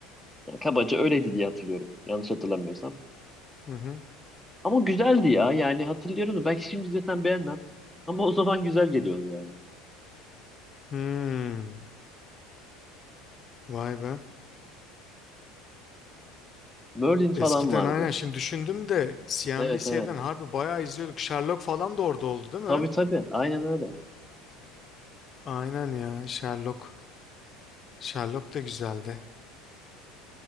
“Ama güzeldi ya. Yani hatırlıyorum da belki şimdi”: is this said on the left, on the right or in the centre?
Centre